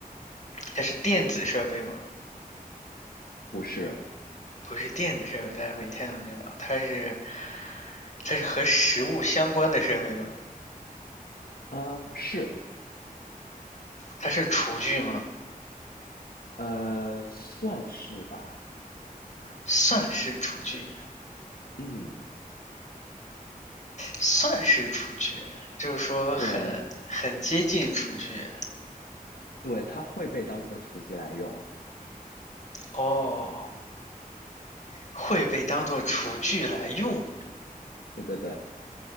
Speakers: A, on the left; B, on the left.
A: 它是电子设备吗？
B: 不是？
A: 不是电子设备，但是每天能见到。它是它是和食物相关的设备吗？
B: 啊、是，
A: 它是厨具吗？
B: 呃，算是吧。
A: 算是厨具，
B: 嗯，
A: 算是厨具，就是说很很接近厨具
B: 对对，它会被当做厨具来用。
A: 哦，会被当做厨具来用。
B: 对对对。